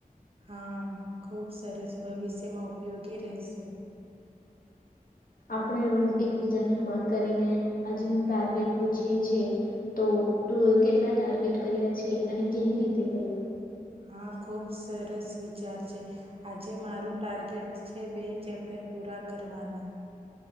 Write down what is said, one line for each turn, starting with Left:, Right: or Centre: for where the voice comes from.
Right: હા ખૂબ સરસ ભવિષ્યમાં ઉપયોગી રહેશે
Left: આપણે રોજ એકબીજાને ફોન કરીને આજનું ટાર્ગેટ પૂછીએ છીએ તો તુંએ કેટલા ટાર્ગેટ કર્યા છે અને કેવી રીતે કર્યા
Right: હા ખૂબ સરસ વિચાર છે આજે મારું ટાર્ગેટ છે, બે ચેપ્ટર પૂરા કરવાના.